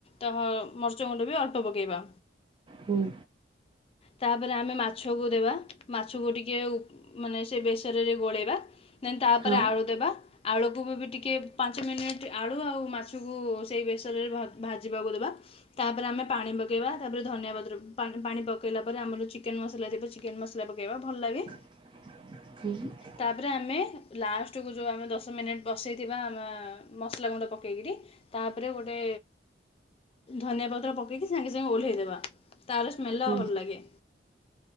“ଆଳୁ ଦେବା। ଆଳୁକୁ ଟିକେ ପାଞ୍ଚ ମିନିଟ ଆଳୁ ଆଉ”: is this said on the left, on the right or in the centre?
Left